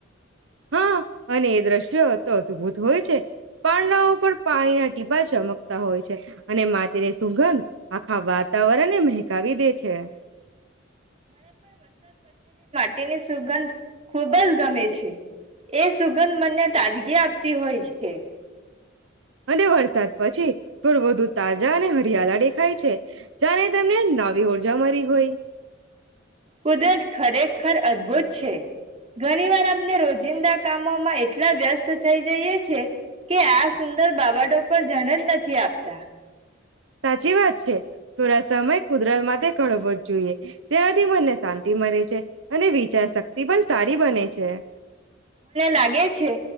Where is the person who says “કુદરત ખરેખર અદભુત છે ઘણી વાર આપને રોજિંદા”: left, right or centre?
Right